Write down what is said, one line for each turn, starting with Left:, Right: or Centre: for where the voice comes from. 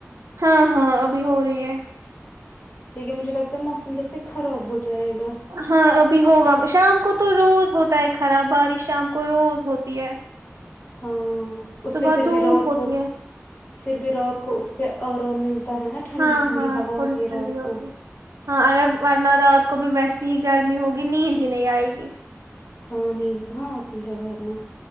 Right: ہاں ہاں ابھی ہو رہی ہے
Left: لیکن مجھے لگتا ہے موسم جیسے خراب ہو جائے گا
Right: ہاں ابھی ہوگا شام کو تو روز ہوتا ہے خراب بارش شام کو روز ہوتی ہے
Left: ہاں اس
Right: صبح
Left: سے پھر
Right: دھوپ
Left: بھی رات
Right: ہوتی
Left: کو
Right: ہے
Left: پھر بھی رات کو اس سے آرام ملتا ہے نا ٹھنڈی
Right: ہاں
Left: ٹھنڈی
Right: ہاں
Left: ہوا
Right: تھوڑی
Left: ہوتی
Right: ٹھنڈی
Left: ہے رات
Right: ہوتی
Left: کو
Right: ہے ہاں اگر ورنہ رات کو بھی ویسی ہی گرمی ہوگی نیند ہی نہیں آئے گی
Left: ہاں نیند کہاں آتی ہے وارنہ